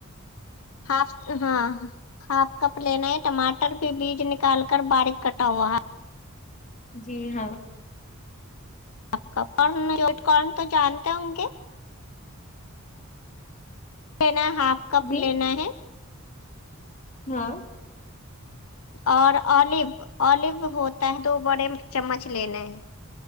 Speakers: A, on the left; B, on the left.
A: ہاں آپ ہاں آپ کپ لینا ہے ٹماٹر کے بیج نکال کر باریک کٹا ہوا ہے
B: جی ہاں
A: آپ کا پرنا جوٹ کرن تو جانتے ہوں گے لینا ہاف کپ
B: جی
A: لینا ہے
B: ہاں
A: اور اولیو اولیو ہوتا ہے دو بڑے چمچ لینے ہیں